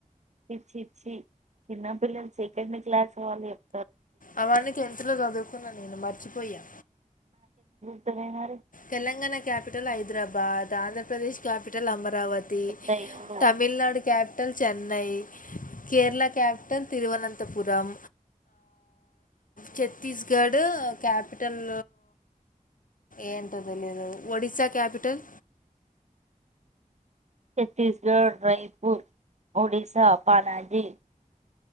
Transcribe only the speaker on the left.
అవాన్ని టెంతులో చదువుకున్నా నీను మరిచిపోయా
Telangana capital Hyderabad Andhra Pradesh capital Amaravati
Tamil Nadu capital Chennai Kerala capital Thiruvananthapuram Chhattisgarh capital ఏంటో తెలియదు ఒడిస్సా క్యాపిటల్